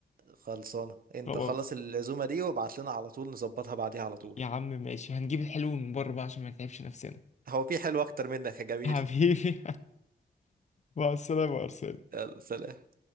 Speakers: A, on the right (about 60°); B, on the left (about 45°).
A: خلصانة انت
B: خلاص
A: خلص العزومة دي وابعت لنا على طول نظبطها بعديها على طول
B: يا عم ماشي هنجيب الحلو من بره بقى عشان ما نتعبش نفسنا
A: هو في حلو اكتر منك يا جميل
B: <laughs> حبيبي مع السلامة أرسل
A: يلا سلام